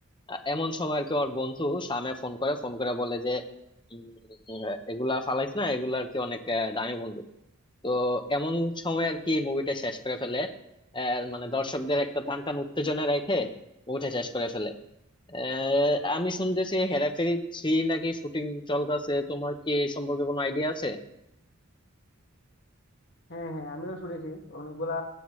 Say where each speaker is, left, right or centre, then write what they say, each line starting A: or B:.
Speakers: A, on the left; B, on the left.
A: আ- এমন সময় আর কি ওর বন্ধু সামে ফোন করে ফোন করে বলে যে উম, আহ, এগুলা ফালাইস না এগুলা আর কি অনেক আহ, দামি বন্ধু তো এমন সময় আর কি মুভিটা শেষ করে ফেলে আহ, মানে দর্শকদের একটা টান টান উত্তেজনা রেখে মুভিটা শেষ করে ফেলে আহ, আমি শুনতেছি হেরাফেরি থ্রি নাকি শুটিং চলতেছে তোমার কি এই সম্পর্কে কোনো আইডিয়া আছে
B: হ্যাঁ হ্যাঁ আমিও শুনেছি অনেকগুলা